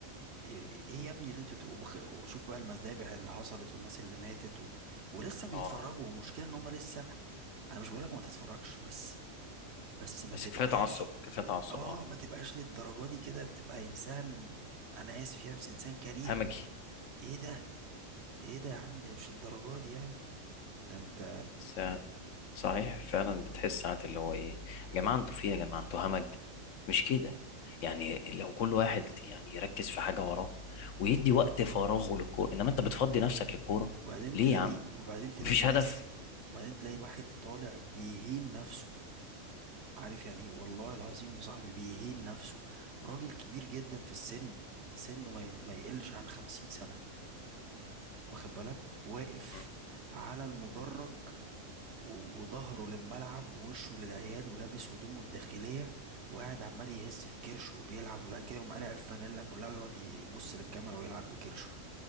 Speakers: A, on the right; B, on the left.
A: ايه إيه يا ابني اللي انتوا بتبقوا بخ... وشوف بقى المذابح اللي حصلت والناس اللي ماتت و... ولسه بيتفرجوا
B: اه
A: والمشكلة ان هم لسه انا مش بقولك ما تتفرجش بس بس ما
B: بس
A: تبقاش
B: كفايه تعصب كفايه تعصب
A: اه
B: اه
A: ما تبقاش للدرجة دي كده بتبقى انسان انا اسف يا بس انسان كريه
B: همجي
A: ايه ده ايه ده يا عم مش الدرجات دي يعني ده انت
B: س- صحيح فعلا بتحس ساعات اللي هو ايه يا جماعه انتوا في إيه يا جماعه انتوا همج مش كده يعني لو كل واحد يعني يركز في حاجه وراه ويدي وقت فراغه للكوره انما انت بتفضي نفسك للكوره
A: وبعدين
B: ليه
A: تلاقي
B: يا عم
A: وبعدين تلاقي
B: مفيش
A: ناس
B: هدف
A: وبعدين تلاقي واحد طالع بيهين نفسه عارف يعني ايه والله العظيم يا صاحبي بيهين نفسه راجل كبير جدا في السن سنه ما ي- ما يقلش عن خمسين سنة واخد بالك واقف
B: م.
A: على المدرج و- وظهره للملعب ووشه للعيال ولابس هدومه الداخلية وقاعد عمال يهز في كرشه وبيلعب وبعد كده يقوم قالع الفانيلا كلها ويقعد يبص للكاميرا ويلعب بكرشه